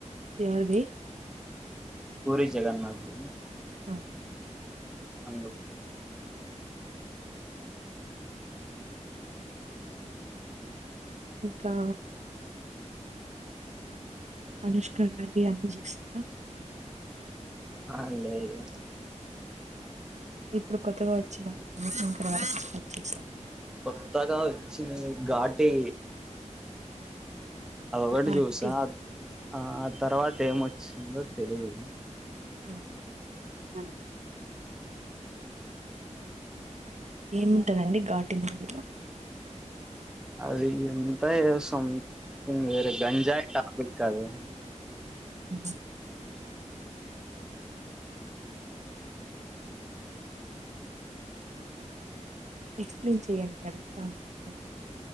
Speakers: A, on the right; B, in the centre.
A: ఎవరిది
B: పూరి జగన్నాథ్ ది
A: ఆ!
B: అందుకు
A: ఇంకా అనుష్క గారివి అన్ని చూస్తారా
B: ఆ లేదు
A: ఇప్పుడు కొత్తగా వచ్చిన మన శంకర వరప్రసాద్ చూశారా
B: కొత్తగా వచ్చింది ఘాటి అదొకటి
A: ఘాటి
B: చూసా ఆ తర్వాత ఏమొచ్చిందో తెలిదు
A: ఆ హ్మ్ ఏం అండి ఘట్ <unintelligible>
B: అది ఎంత వేస్సం హ్మ్ వేరే గంజాయి టాపిక్ అది
A: హ్మ్ ఎక్స్ప్లెయిన్ చెయ్యడి అడుగుతా ఉన్నా కాద